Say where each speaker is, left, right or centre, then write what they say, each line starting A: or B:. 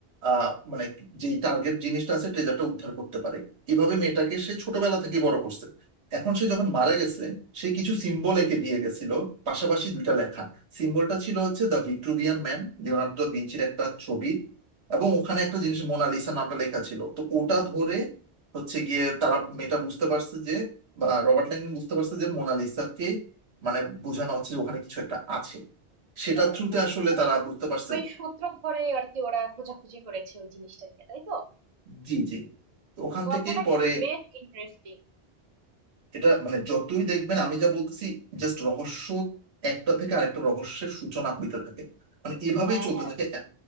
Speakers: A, on the right (about 75°); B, on the right (about 40°).
A: আহ মানে যেই টার্গেট জিনিসটা আছে ট্রেজারটা উদ্ধার করতে পারে এইভাবে মেয়েটাকে সে ছোটবেলা থেকেই বড় করছে এখন সে যখন মারা গেছে সে কিছু সিম্বল এঁকে দিয়ে গেছিল পাশাপাশি দুইটা লেখা সিম্বলটা ছিল হচ্ছে the Vitruvian man Leonardo da ভিঞ্চির একটা ছবি এবং ওখানে একটা জিনিস মোনালিসা নামটা লেখা ছিল তো ওটা ধরে হচ্ছে গিয়ে তারা মেয়েটা বুঝতে পারছে যে বা রবার্ট ল্যাংডন বুঝতে পারছে যে মোনালিসাকে মানে বোঝানো হচ্ছে যে ওখানে কিছু একটা আছে সেটা
B: হ্যাঁ
A: থ্রুতে
B: হ্যাঁ
A: আসলে
B: মানে
A: তারা বুঝতে পারছে
B: ওই সূত্র ধরেই আর কি ওরা খোঁজাখুঁজি করেছে ওই জিনিসটা নিয়ে তাই তো
A: জি জি তো ওখান
B: গল্পটা
A: থেকেই পরে
B: কিন্তু বেশ ইন্টারেস্টিং
A: এটা মানে যতই দেখবেন আমি যা বলতেছি জাস্ট রহস্য একটা থেকে আরেকটা রহস্যের সূচনা হইতে থাকে মানে এভাবেই
B: হ্যাঁ
A: চলতে
B: হ্যাঁ
A: থাকে এ-